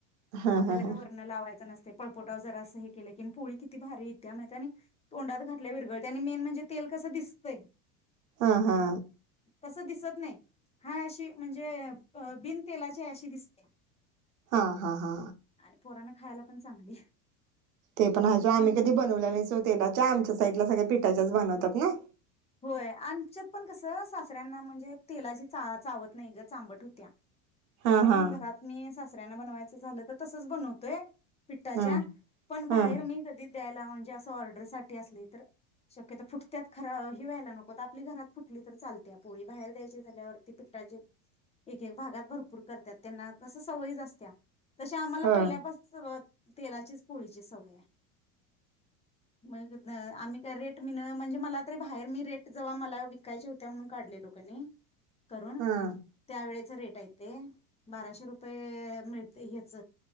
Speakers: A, on the right; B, on the left.
A: हा
B: आपल्याला
A: हा
B: काय
A: हा
B: वर्ण लावायचं नस पळपोटाव जरा असं हे केलं कि पोळी किती भारी येतिया माहित हाय नई आणि तोंडात घातल्या विरघळत्या, आणि मेन म्हणजे तेल कसं दिसतंय.
A: हा हा.
B: तस दिसत नाही. हाय अशी म्हणजे बिनतेलाची हाय अशी दिसत्या.
A: हा हा हा.
B: आणि पोरांना खायला पण चांगली.
A: ते पण आहे
B: म्हणून
A: सोड आम्ही कधी बनवल्या नाहीत सोड तेलाच्या, आमच्या साईडला सगळ्या पिठाच्याच बनवतात नई.
B: होय आमच्यात पण कसं सासऱ्यांना म्हणजे तेलाची चा चावत नाही चांबट होतिया.
A: हा
B: म्हणून
A: हा
B: घरात मी सासऱ्यांना बनवाय झाल तर तसच बनवतोय. पिठाच्या
A: हा
B: पण बाहेर
A: हा
B: मी कधी द्यायला म्हन की असं ऑर्डर साठी असली तर शक्यतो फुटत्यात खरं व्हायला नको. आपली घरात फुटली तर चालत्या पोळी, बाहेर द्यायची झाल्यावरती पिठाचे एक एक भागात भरपूर करतात त्यांना तस सवयीच असत्या. तशी आम्हाला
A: हो
B: पहिल्यापासन सूर तेलाचीच पोळीची सवय हाय. मग आम्ही काय रेट मिन म्हणजे मला तरी बाहेर मी रेट जव्हा मला विकायची होत्या म्हणून काढलेलो कनी करून
A: हा
B: त्यावेळे रेट आहे ते. बाराशे रुपये मिळतय ह्याच